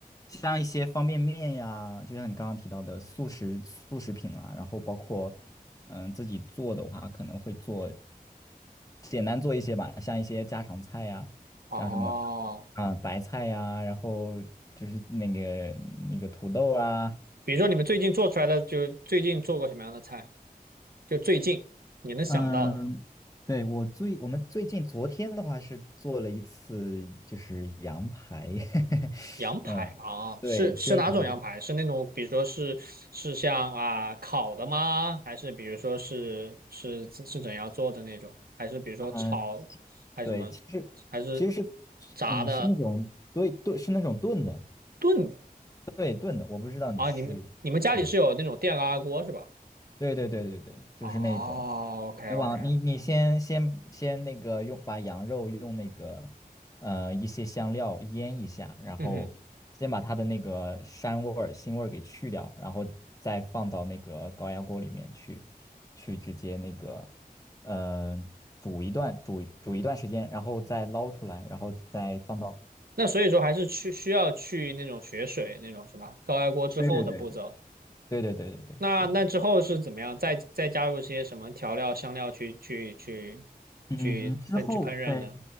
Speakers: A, on the left (about 20°); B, on the right (about 75°).
A: 像一些方便面呀，就像你刚刚提到的速食速食品啊，然后包括嗯自己做的话，可能会做简单做一些吧，像一些家常菜呀，
B: 哦，
A: 像什么啊白菜呀，然后就是那个那个土豆啊，
B: 比如说你们最近做出来的，就最近做过什么样的菜？就最近你能想到的
A: 嗯，对，我最我们最近昨天的话是做了一次就是羊排，<laughs>
B: 羊排啊，
A: 嗯，对，
B: 是是哪种羊排？
A: 煎羊，
B: 是那种比如说是是像啊烤的吗？还是比如说是是是怎样做的那种？还是比如说炒还是什么？
A: 嗯，对，其实其实是是嗯是那种对炖是那种炖的，
B: 还是炸的炖的
A: 对炖的，我不知道你是是没，
B: 啊？你们你们家里是有那种电高压锅是吧？
A: 对对对对对，就是那种。
B: 哦，OK
A: 你往你你先先先那个用把羊肉用那个呃一些香料腌一下，
B: OK，
A: 然后先把它的那个膻味儿、
B: 嗯哼。
A: 腥味儿给去掉，然后再放到那个高压锅里面去，去直接那个呃煮一段煮煮一段时间，然后再捞出来，然后再放到
B: 那所以说还是去需要去那种血水那种是吧？高压锅之后的步骤，
A: 对对对。对对对对对，
B: 那那之后是怎么样？
A: 是的，
B: 再再加入一些什么调料、香料去去去
A: 嗯，
B: 去烹去烹饪呢？
A: 之后对。